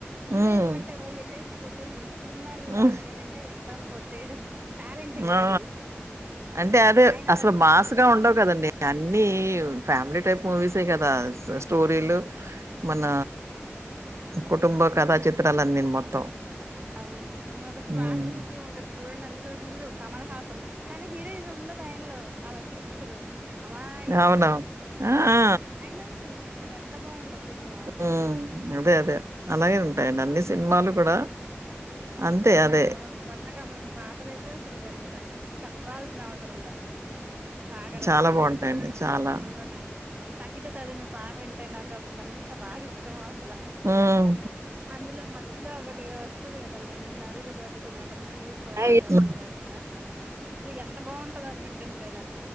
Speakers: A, on the right (about 35°); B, on the right (about 90°).
A: హీరోయిజం
B: హ్మ్.
A: అంటే ఓ ఎళ్ళేస్ కొట్టేసుని ఇప్పుడున్న
B: హ్మ్.
A: వాళ్ళకి ఏంటంటే ఎలటం కొట్టేయడం టాలెంట్ కాదు
B: ఆ అంటే అదే
A: ఆయన
B: అసలు
A: అలా చూపించడు
B: మాస్ గా
A: అన్నట్టు
B: ఉండవు కాదండి అన్నీ
A: ఉమ్,
B: ఫ్యామిలీ టైప్ మూ మూవీసే కదా స్ స్టోరీలు మన కుటుంబ కథా చిత్రాలు లంనిన్ మొత్తం
A: అవును ఇంగొక స్వాతి
B: హ్మ్.
A: ముత్యం ఉంటది చూడండి అందులో హీరో కమల్ హాసన్ కాని హీరోయిజం ఉండదు ఆయనలో అలా చూపిచ్చరు అమాయకుడు
B: అవునవును. ఆ! ఆ!
A: అయిన అస్సల్ ఎంత బాగుంటది సినిమా
B: ఉహ్ అదే అదే అలాగే ఉంటాయండి అన్ని సినిమాలు కూడా అంతే
A: స్వర్ణ
B: అదే.
A: కమలం స్వర్ణ కమలం పాటలు ఐతే అసలు ఇగ ఇంకా చెప్పాల్సిన అవసరంలె సాగర
B: చాలా
A: సంగము
B: బావుంటాయండి.
A: సాగర
B: చాలా.
A: సంగంలో నాకు తకిట తదిమి పాట అంటే నాకు అసలుకి ఎంత బాగా ఇష్టమో అస్ సలా
B: హ్మ్.
A: అందులో మధ్యలో ఒకటి వస్తది కద లైను నరుడి బతికు న టన ఈశ్వరుని
B: అయి
A: తలపు
B: హ్మ్.
A: ఘట్న అసలు ఎంత బాగుంటదొ అది వింటుంటే నాకు